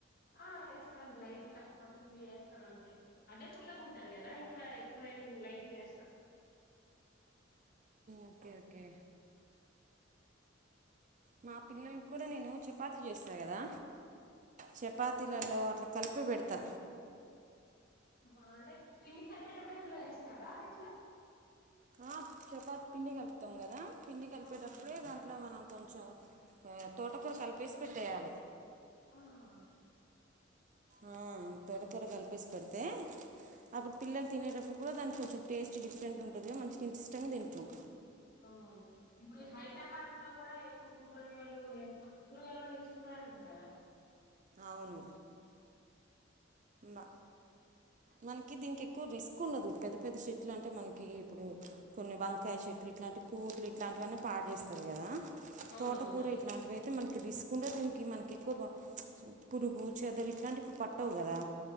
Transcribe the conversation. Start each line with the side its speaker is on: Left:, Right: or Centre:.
Left: ఆ వేస్తాండి లైట్ గా ఒక టు త్రీ వేస్తాను అంతే అదే పుల్లగా ఉంటది కదా ఇంకా ఎక్కువ లైట్ గా వేస్తా
Right: ఓకే ఓకే మా పిల్లలకి కూడా నేను చపాతీ చేస్తా కదా చపాతీలలో అట్లా కలిపి పెడతా
Left: ఆహా అంటే పిండి కలిపేటప్పుడే ఇందులో వేస్తారా ఎట్లా
Right: ఆ చపాతి పిండి కలుపుతాం కదా పిండి కలిపేటప్పుడే
Left: ఆహాహా
Right: దాంట్లో మనం కొంచెం తోటకూర కలిపేసి పెట్టేయాలి
Left: ఆ హ హ
Right: ఆ తోటకూర కలిపేసి పెడితే అప్పుడు పిల్లలు తినేటప్పుడు కూడా దానికి కొంచెం టేస్ట్ డిఫరెంట్ ఉంటుందిగా మంచిగా ఇష్టంగా తింట్రు
Left: అవును అవును ఇప్పుడు హైతహారంలో కూడా ఎక్కువ కూరగాయలు కూరగాయలులు వేస్తున్నారంట కదా
Right: అవును మ మనకి దీనికి ఎక్కువ రిస్క్ ఉండదు పెద్ద పెద్ద చెట్లు అంటే మనకి ఇప్పుడు కొన్ని వంకాయ చెట్లు ఇట్లాంటి కోతులు ఇట్లాంటివన్నీ పాడు చేస్తయి కదా
Left: అవునవునండి
Right: తోట కూర ఇట్లాంటివి అయితే మ రిస్క్ ఉండద్ దీనికి మనకి ఎక్కువ పురుగు చెదలు ఇట్లాంటివి పట్టవు కదా